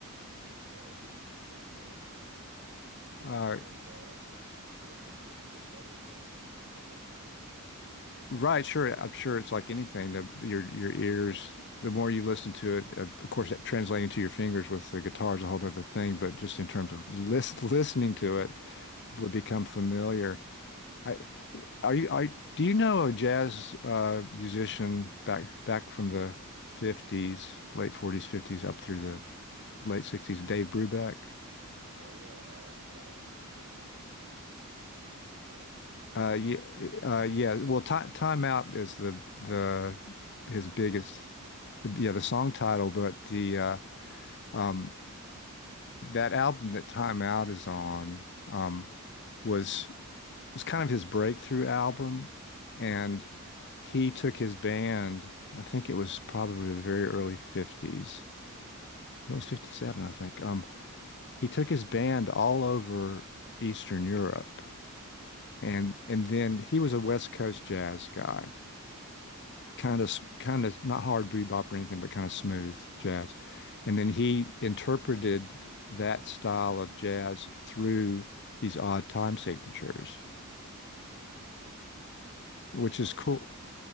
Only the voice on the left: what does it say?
Uh,
Right, sure. I'm sure it's like anything. The the- your your ears, the more you listen to it, uh, of course, that translating to your fingers with the guitar is a whole other thing. But just in
terms of list listening to it, would become familiar. I
are you I do you know a jazz uh, musician back back from the 50s, late 40s, 50s, up through the late 60s, Dave Brubeck?
Uh,
yeah,
uh,
yeah.
Well,
time time out is the the his biggest,
yeah, the song title, but the uh, Um, that album that Time Out is on um, was was kind of his breakthrough album,
and he took his band. I think it was probably the very early 50s. It was 57, I think. Um, he took his band all over Eastern Europe,
and and then he was a West Coast jazz guy,
kind of kind of not hard bebop or anything, but kind of smooth jazz. And
then he interpreted that style of jazz through these odd time signatures,
which
is cool.